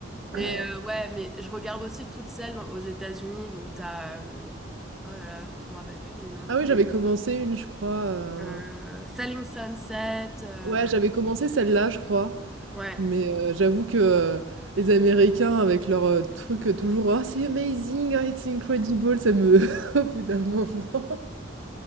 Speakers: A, in the centre; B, on the right (about 80°).
A: Mais
B: Ouais.
A: euh, ouais, mais je regarde aussi toutes celles dans- aux États-Unis. Donc, t'as. euh, oh là là, je me rappelle plus du nom.
B: Ah oui, j'avais commencé une, je crois, heu
A: Euh, Selling Sunset. euh,
B: Ouais, j'avais commencé celle-là, je crois.
A: ouais.
B: Mais euh, j'avoue que euh, les Américains, avec leur euh, truc euh, toujours «Oh, c'est amazing, oh, it's incredible», ça me... <laughs> au bout d'un moment...